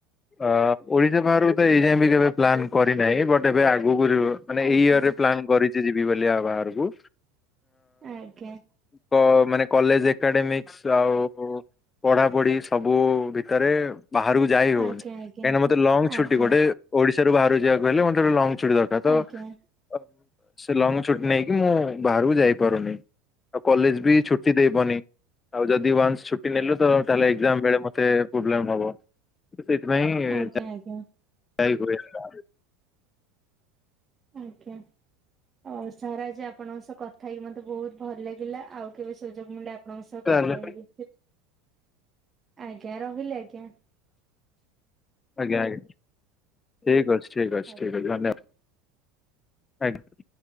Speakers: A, on the left (about 20°); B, on the right (about 25°).
A: ଅ ଓଡିଶା ବାହାରକୁ ତ ଏଇଯାଏଁ ବି କେବେ ପ୍ଲାନ୍ କରିନାହିଁ ବଟ ଏବେ ଆଗକୁ ଯ ମାନେ
B: ଆଜ୍ଞା
A: ଏଇ ଇୟରରେ ପ୍ଲାନ୍ କରିଛି ଯିବି ବୋଲିଆ ବାହାରକୁ।
B: ଆଜ୍ଞା।
A: ପ କଲେଜ ଏକାଡେମିକ୍ସ ଆଉ ପଢା ପଢି ସବୁ ଭିତରେ ବାହାରକୁ ଯାଇ ହଉନି
B: ଆଜ୍ଞା ଆଜ୍ଞା
A: କାହିଁକି ମତେ ଲଙ୍ଗ ଛୁଟି
B: ଆଜ୍ଞା
A: ଗୋଟେ ଓଡିଶାରୁ ବାହାରକୁିବାକୁ ହେଲେ ମତେ ଗୋଟେ ଲଙ୍ଗ ଛୁଟି ଦରକାର
B: ଆଜ୍ଞା
A: ନା ତ ଲଙ୍ଗ ଛୁଟି ନେଇକି ମୁଁ ବାହାରକୁ ଯାଇପାରୁନି ଆଉ କଲେଜ ବି ଛୁଟି ଦେଇବନି। ଆଉ ଯଦି ୱାନ୍ସ ଛୁଟି ନେଲୁ ତ ତାହଲେ ଏକଜାମ ବେଳେ ମତେ ପ୍ରୋବ୍ଲେମ ହବ ସେଥିପାଇଁ
B: ଆଜ୍ଞା ଆଜ୍ଞା।
A: ଏଇ ଗୁରେ ଷ୍ଟାଲେ।
B: ଆଜ୍ଞା। ଓ ସାର ଆଜି ଆପଣଙ୍କ ସହ କଥା ହେଇକି ମତେ ବହୁତ ଭଲ ଲାଗିଲା। ଆଉ କେବେ ସୁଯୋଗ ମିଳେ ଆପ ଆପଣଙ୍କ ସହ
A: ତାହେଲେ
B: କଥା ହେଇକି। ଆଜ୍ଞା ରହିଲି ଆଜ୍ଞା।
A: ଆଜ୍ଞା ଆଜ୍ଞା। ଠିକି ଅଛି ଠିକି ଅଛି
B: ଆଜ୍ଞା।
A: ଠିକ ଅଛି ଧନ୍ୟବାଦ। ଆଜ୍ଞା।